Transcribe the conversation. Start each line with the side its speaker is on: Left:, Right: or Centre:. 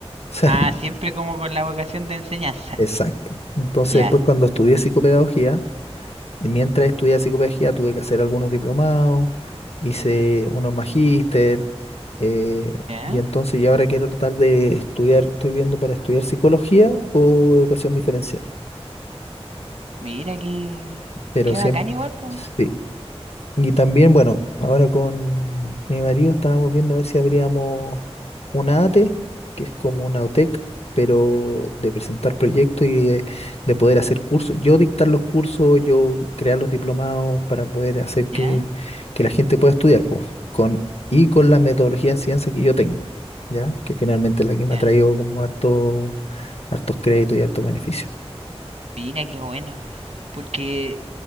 Left: O sea,
Right: Ah, siempre como con la vocación de enseñanza.
Left: exacto. Entonces
Right: Ya.
Left: después cuando estudié psicopedagogía, Y mientras estudiaba psicopedagogía tuve que hacer algunos diplomados, hice unos magíster, eh,
Right: Ya.
Left: y entonces yo ahora quiero tratar de estudiar, estoy viendo para estudiar psicología o educación diferencial,
Right: Mira que...
Left: pero
Right: Qué
Left: siempre,
Right: bacán igual, pues.
Left: sí. Y también, bueno, ahora con mi marido estábamos viendo a ver si abríamos una ATE, que es como una OTEC, pero de presentar proyectos y de, de poder hacer cursos. Yo dictar los cursos, yo crear los diplomados para poder hacer que,
Right: Ya.
Left: que la gente pueda estudiar, pues, con, y con la metodología de ciencia que yo tengo, ¿ya? Que finalmente es la que me
Right: Ya.
Left: ha traído como harto, hartos créditos y hartos beneficios.
Right: Mira qué bueno. Porque